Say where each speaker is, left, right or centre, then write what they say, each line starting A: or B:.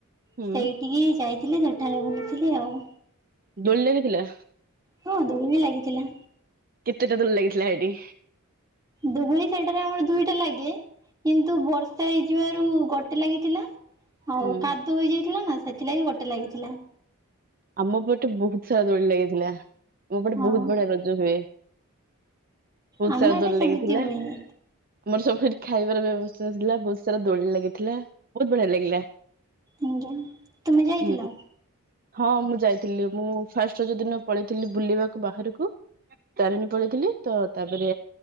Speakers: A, on the right; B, on the right.
A: ହୁଁ
B: ସେଇଠିକି ଯାଇଥିଲି ସେଠାରେ ବୁଲୁଥିଲି ଆଉ।
A: ଦୋଳି ଲାଗିଥିଲା।
B: ହଁ ଦୋଳି ବି ଲାଗିଥିଲା।
A: କେତେଟା ଦୋଳି ଲାଗିଥିଲା ହେ ଟି?
B: ଦୁଗୁଳି ସେଟାରେ ଆମର ଦୁଇଟା ଲାଗେ କିନ୍ତୁ ବର୍ଷା ହେଇ ଯିବାରୁ ଗୋଟେ ଲାଗିଥିଲା ଆଉ
A: ହୁଁ
B: କାଦୁଅ ହେଇଯାଇଥିଲା ନା ସେଥିଲାଗି ଗୋଟେ ଲାଗିଥିଲା।
A: ଆମ ପଟେ ବହୁତ ସାରା ଦୋଳି ଲାଗିଥିଲା ଆମ ପଟେ
B: ହଁ
A: ବହୁତ ବଢିଆ ରଜ ହୁଏ। ବହୁତ
B: ଆମ
A: ସାରା
B: ଆଡେ
A: ଦୋଳି
B: ସେମିତି
A: ଲାଗିଥିଲା।
B: ହୁଏନି।
A: ଆମର ସବୁଠି ଖାଇବାର ବ୍ୟବସ୍ଥାଥିଲା, ବହୁତ ସାରା ଦୋଳି ଲାଗିଥିଲା, ବହୁତ ବଢିଆ ଲାଗିଲା।
B: ଆଜ୍ଞା ତୁମେ ଯାଇଥିଲ?
A: ହୁଁ ହଁ ମୁଁ ଯାଇଥିଲି ମୁଁ ଫାଷ୍ଟ ରଜ ଦିନ ପଳେଇଥିଲି ବୁଲିବାକୁ ବାହାରକୁ। ତାରିଣୀ ପଳେଇଥିଲି ତ ତାପରେ